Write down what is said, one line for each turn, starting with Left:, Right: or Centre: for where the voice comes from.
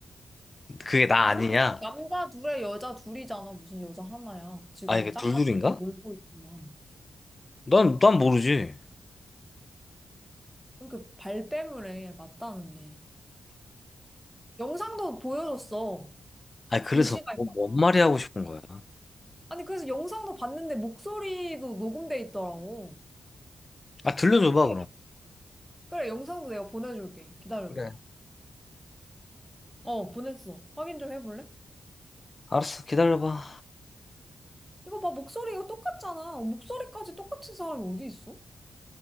Left: 그게 나
Centre: 아니지
Left: 아니냐?
Centre: 남자 둘에 여자 둘이잖아 무슨 여자 하나야. 지금
Left: 아 이게
Centre: 짝맞춰서
Left: 둘둘인가?
Centre: 놀고 있구만.
Left: 난, 난 모르지.
Centre: 왜 이렇게 발뺌을 해 맞다는데. 영상도 보여줬어.
Left: 아니 그래서
Centre: 의심할까
Left: 뭐, 뭔
Centre: 봐.
Left: 말이 하고 싶은 거야.
Centre: 아니, 그래서 영상도 봤는데 목소리도 녹음돼 있더라고.
Left: 아 들려줘봐
Centre: 그래,
Left: 그럼.
Centre: 그래, 영상도 내가 보내줄게. 기다려봐.
Left: 그래.
Centre: 어, 보냈어. 확인 좀 해볼래?
Left: 알았어 기다려봐.
Centre: 이거 봐, 목소리가 똑같잖아. 목소리까지 똑같은 사람이 어디 있어?